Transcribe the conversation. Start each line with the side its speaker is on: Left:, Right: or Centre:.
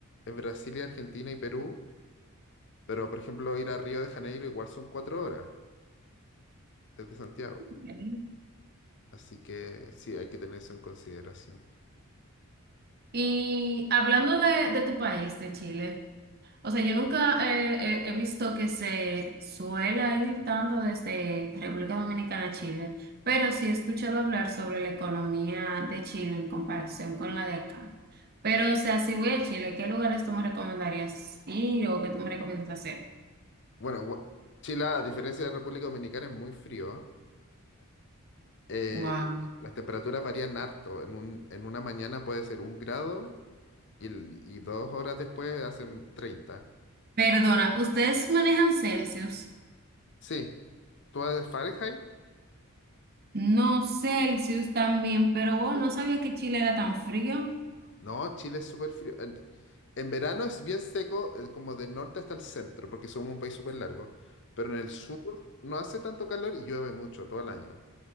Left: es Brasil y Argentina y Perú, pero por ejemplo, ir a Río de Janeiro igual son cuatro horas desde Santiago.
Right: ser...
Left: Así que sí, hay que tener eso en consideración.
Right: Y hablando de, de tu país, de Chile, o sea, yo nunca eh, eh, he visto que se suela ir tanto desde República Dominicana a Chile, pero sí he escuchado hablar sobre la economía de Chile en comparación con la de acá. Pero, o sea, si voy a Chile, ¿qué lugares tú me recomendarías ir o qué tú me recomiendas hacer?
Left: Bueno, gua- Chile, a diferencia de la República Dominicana, es muy frío. ¿eh?
Right: Wow.
Left: Eh, las temperaturas varían harto. En un- en una mañana puede ser un grado. y, l- y dos horas después hacen treinta
Right: Perdona, ¿ustedes manejan Celsius?
Left: Sí. ¿Tú vas de Fahrenheit?
Right: No, Celsius también, pero wow,
Left: Sí.
Right: no sabía que Chile era tan frío.
Left: No, Chile es súper frío. En, en verano es bien seco, eh, como del norte hasta el centro, porque somos un país súper largo. Pero en el sur no hace tanto calor y llueve mucho todo el año.